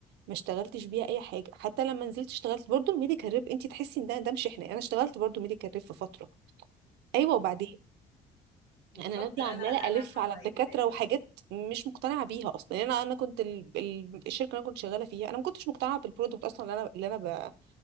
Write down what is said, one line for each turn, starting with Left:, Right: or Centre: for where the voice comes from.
Right: ما اشتغلتش بيها اي حاجه حتى لما نزلت اشتغلت برضو الميديكال ريب انت تحسي ان ده ده مش احنا انا اشتغلت برضو ميديكال ريب في فتره ايوه وبعدين
Left: اه بالظبط
Right: انا نازله
Left: انا
Right: عماله
Left: انا
Right: الف على
Left: هبقى
Right: الدكاتره
Left: ايه في الاخر
Right: وحاجات مش مقتنعه بيها اصلا يعني انا انا كنت ال... ال- الشركه اللي انا كنت شغاله فيها انا ما كنتش مقتنعه بالبرودكت اصلا اللي انا اللي انا ب...